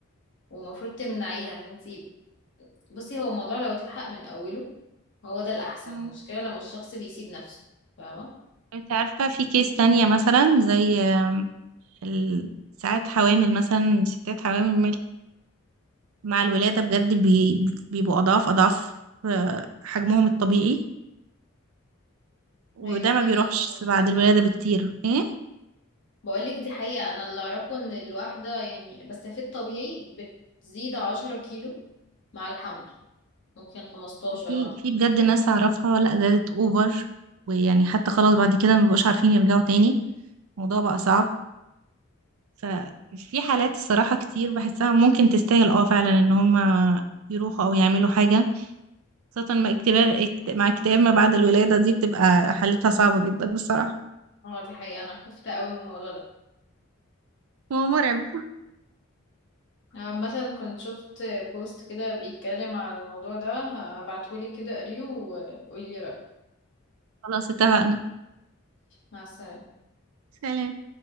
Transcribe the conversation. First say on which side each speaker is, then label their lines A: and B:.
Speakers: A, on the left (about 55°); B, on the right (about 80°).
A: ومفروض تمنعيها فانتي بصي هو الموضوع لو اتلحق من اوله هو ده الاحسن
B: مم.
A: المشكله لما الشخص بيسيب نفسه فاهمه
B: انت عارفة في كيس تانية مثلا زي ال- ساعات حوامل مثلا ستات حوامل مع الولادة بجد بي- بيبقوا أضعاف أضعاف آه، حجمهم الطبيعي وده
A: هي دي
B: ما
A: حقيقه
B: بيروحش
A: بصراحه
B: بعد الولادة بكتير ايه
A: بقولك دي حقيقه انا اللي اعرفه ان الواحده يعني بس في الطبيعي بتزيد عشرة كيلو مع الحمل ممكن خمستاشر
B: لا، في
A: مثلا
B: في بجد ناس أعرفها لا زادت أوفر ويعني حتى خلاص بعد كده ما بيبقوش عارفين يرجعوا تاني الموضوع بقى صعب ففي حالات الصراحة كتير بحسها ممكن تستاهل اه فعلا ان هم يروحوا او يعملوا حاجة خاصة مع اكتئاب اكت- مع اكتئاب ما بعد الولادة دي بتبقى حالتها صعبة جدا الصراحة
A: اه دي حقيقه انا خفت قوي من الموضوع ده
B: هو مرعب
A: آه، مثلا كنت شفت بوست كده بيتكلم على الموضوع ده هبعتهولك كده قريه وقولي رايك
B: خلاص اتفقنا
A: مع السلامه
B: سلام